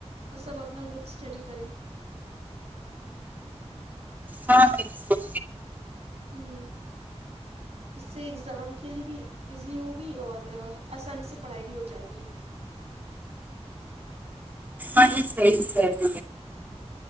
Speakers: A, on the right; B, on the right.
A: اور سب اپنا گروپ اسٹڈی کریں
B: ہاں بالکل
A: ہم اس سے ایگزام کے لیے بھی ایزی ہوگی اور اسانی سے پڑھائی بھی ہو جائے گی
B: ا سی سر <inaudible>